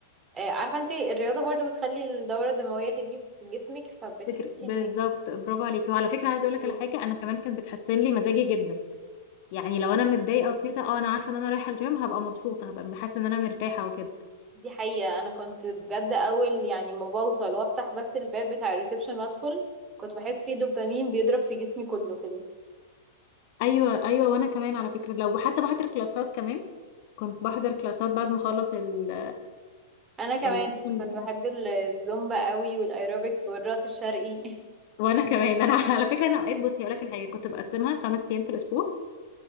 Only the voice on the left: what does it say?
فكرة بالظبط برافو عليكي وعلى فكره عايزه
اقول لك على حاجه انا كمان كانت بتحسن لي مزاجي جدا يعني لو انا متضايقه وكده اه انا عارفه ان انا رايحه الجيم هبقى مبسوطه هبقى حاسه ان انا مرتاحه وكده
ايوه ايوه وانا كمان على فكره لو حتى بحضر كلاسات كمان كنت بحضر كلاسات بعد ما اخلص ال-
السيشن
بتاعي
وانا كمان <laughs> انا على فكره انا اوقات بصي اقول لك الحاجه كنت بقسمها خمس ايام في الاسبوع